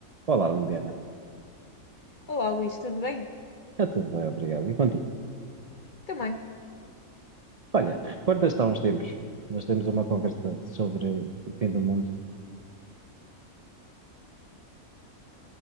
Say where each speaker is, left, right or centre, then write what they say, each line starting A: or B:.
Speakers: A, on the right (about 75°); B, on the left (about 50°).
A: Olá, Liliana.
B: Olá, Luís, tudo bem?
A: Está tudo bem, obrigado. E contigo?
B: Também.
A: Olha, recordas-te há uns tempos, nós temos uma conversa sobre o fim do mundo.